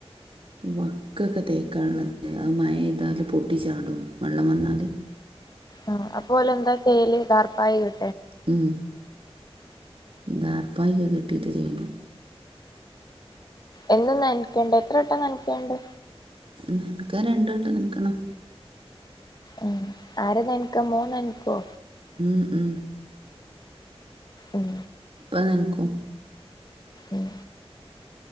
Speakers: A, on the right; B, on the left.
A: വക്കൊക്കെ തേക്കാള്ളത് അ മയഎയ്താല് പൊട്ടിച്ചാടും വെള്ളം വന്നാല്
B: ആ അപ്പൊലെന്താ ചെയ്യല് ദാർപ്പായകെ
A: ഉം ദാർപ്പായൊക്കെ കെട്ടിയിട്ട് ചെയ്യണം
B: എന്നും ന്നനക്കണ്ടെ എത്ര വട്ടം ന്നനക്കാണ്ട്
A: ന്നനക്കാ രണ്ട്വട്ടം ന്നനക്കണം
B: ഉ ആരാ ന്നനക്ക മോൻ ന്നനക്കോ
A: <unintelligible>
B: ഉം
A: നൽകു
B: ഉം